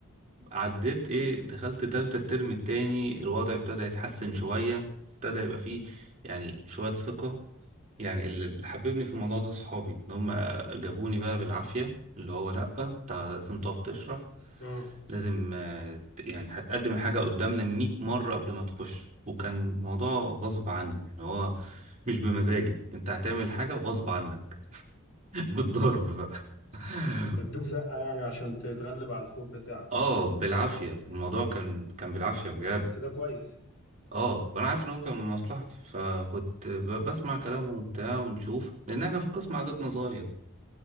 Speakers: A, on the right; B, on the left.
A: عديت ايه دخلت تالتة الترم التاني الوضع ابتدى يتحسن شويه ابتدى يبقى فيه يعني شوية ثقة يعني اللي اللي حببني في الموضوع ده صحابي ان هم جابوني بقى بالعافية اللي هو لأ تع- لازم تقف تشرح
B: آه
A: لازم آه، ت- يعني هتقدم الحاجة قدامنا 100 مرة قبل ما تخش وكان موضوع غصب عني يعني هو مش بمزاجي انت هتعمل حاجة وغصب عنك <laughs> بالضرب بقى <laughs>
B: ادوك زقة يعني عشان تتغلب على الخوف بتاعك
A: اه بالعافية الموضوع كان كان بالعافية بجد
B: بس ده كويس
A: اه وانا عارف ان هو كان من مصلحتي فكنت ب- بسمع كلامهم وبتاع ونشوف لان احنا في القسم عددنا صغير